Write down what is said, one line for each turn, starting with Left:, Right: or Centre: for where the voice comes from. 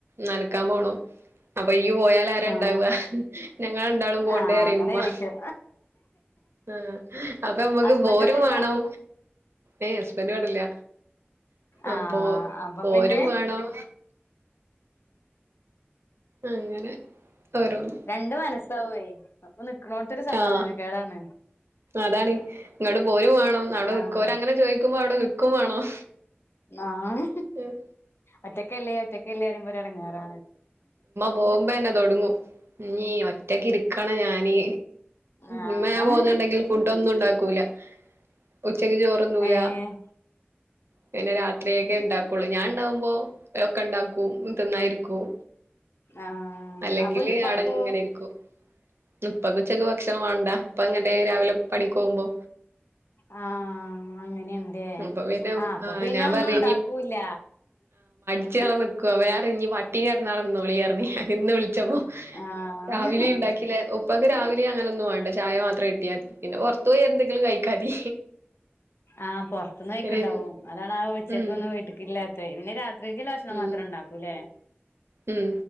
Right: നനക്കാൻ പോണം അപ്പൊയ്യ് പോയാല ലരാണ്ടാവ
Left: ആഹ്
Right: ഞങ്ങളരണ്ടാളും പോവണ്ടേയറിയുമ്മ
Left: ആഹ് അങ്ങനെ ചോയിച്ചു
Right: ആഹ് അപ്പൊ ഞമ്മക്ക്
Left: ഹസ്ബൻഡ്
Right: പോരും
Left: ഇവിടെല്ല
Right: വാണം ഏയ് ഹസ്ബൻന്റ് ഇവിടില്ല
Left: ആഹ്
Right: അപ്പൊ
Left: അപ്പൊ
Right: പോരും
Left: പിന്നെ
Right: വാണം ആഹ് അങ്ങനെ ഓരോന്ന്
Left: രണ്ട് മനസ്സാവേ അപ്പൊ നിക്ക്ണോട്ത്തൊരു സമാധാനക്കേടാണ്
Right: ആഹ് അതാണ് ഇങ്ങട്ട് പോരും വാണം അവിടെ
Left: ആഹ്
Right: നിക്കോരങ്ങനെ ചോയ്ക്കുമ്പോ അവിടെ നിക്കും വാണം
Left: ആഹ്
Right: ഉം
Left: ഒറ്റക്കല്ലോ ഒറ്റക്കല്ലേ റിയുമ്പൊരു എടങേറാണ്
Right: പോമ്പെന്നെ തൊടങ്ങും നീ മ റ്റക്കരിക്കണം ഞാന്
Left: ആഹ്
Right: മ്മ ഞാൻ പോന്ന്ണ്ടെങ്കില് ഫുഡോന്നും ണ്ടാക്കൂല ഉച്ചക്ക് ചോറ്ന്നൂല
Left: ഏഹ്
Right: പിന്നെ രാത്രിയെ ക്കെ ണ്ടാക്കൊള്ളൂ ഞാൻ ണ്ടാകുമ്പോ ഒക്കെ ണ്ടാക്കും തിന്നാ ഇരിക്കും
Left: ആഹ്
Right: അല്ലെങ്കില്
Left: അപ്പൊ ഇപ്പാക്കോ
Right: അടെങ്ങനെര്ക്കും ഇപ്പക്ക് ഉച്ചക്ക് ഭക്ഷണം വാണ്ട ഇപ്പ അങ്ങനെ രാവിലെ പണിക്കോവുമ്പോ
Left: ആ അങ്ങനെണ് ലേ
Right: അപ്പൊ പിന്നെ
Left: ആ അപ്പ
Right: ആഹ്
Left: പിന്നൊന്നും
Right: ഞാൻ പറഞ്ഞ്
Left: ണ്ടാക്കൂല്ല
Right: ച്ചാളെ നിക്കോ വേറെ അവടെ! !!!!!!!! അവടെന്നോളി പർഞ് ഇന്ന് വിളിച്ചപ്പോ
Left: ആഹ്
Right: രാവിലേം ണ്ടാക്കില്ലേ ഉപ്പക്ക് രാവിലെ അങ്ങനൊന്നും വാണ്ട ചായ മാത്രം കിട്ടിയാ മതി പിന്നെ പൊർത്തോയി എന്തെങ്കിലും കഴിക്കാതി
Left: ആ പൊർത്ത്ന്ന് കയ്ക്ക്ണ്ടാവും
Right: പിന്നെ
Left: അതാണ് ആ ഉച്ചക്കൊന്നും
Right: ഉം
Left: വീട്ട്ക്കില്ലാത്തത് പിന്നെ രാ ഉചക് ഭക്ഷണം
Right: ഉം
Left: മാത്രം ഉണ്ടാക്കൂല്ലേ
Right: ഉം